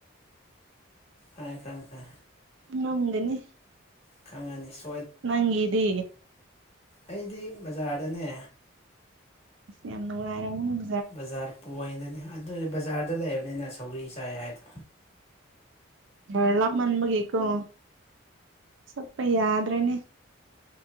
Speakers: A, on the left (about 30°); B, on the right (about 65°).
A: ꯑꯪꯀ ꯏꯪꯀ
B: ꯎꯪꯒꯅꯤ
A: ꯈꯪꯉꯅꯤ ꯁ
B: ꯅꯪꯗ
A: ꯑꯩꯗꯤ ꯕꯖꯥꯔꯗꯅꯦ
B: ꯌꯥꯝ ꯑꯃꯕꯨ ꯑꯔꯃꯅ
A: ꯕꯖꯥꯔ ꯄꯅꯅꯦ ꯑꯗꯨꯗꯤ ꯕꯖꯥꯔꯗ ꯂꯩꯕꯅꯤꯅ ꯁꯧꯒꯔꯤ ꯆꯥꯏ ꯍꯥꯏꯗꯣ
B: ꯦꯂ ꯃꯟꯕ ꯀꯦꯀꯣ ꯆꯄ ꯌꯥꯗ꯭ꯔꯦꯅꯦ